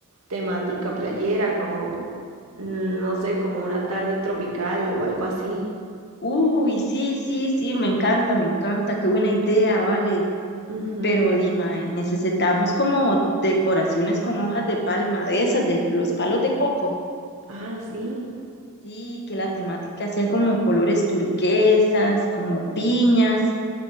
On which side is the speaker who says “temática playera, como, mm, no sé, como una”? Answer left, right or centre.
Right